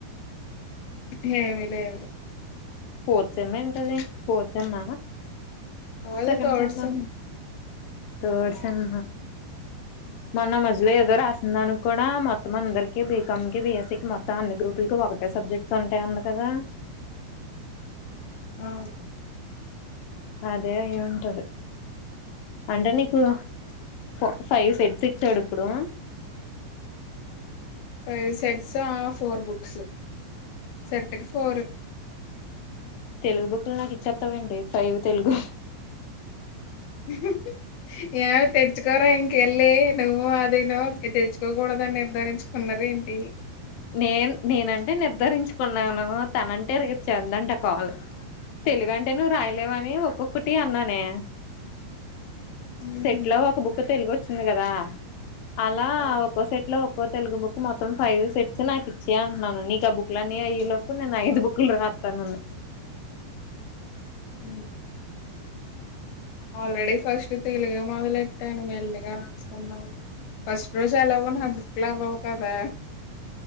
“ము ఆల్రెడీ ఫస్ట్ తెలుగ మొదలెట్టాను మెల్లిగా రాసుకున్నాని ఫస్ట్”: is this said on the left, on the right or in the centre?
Left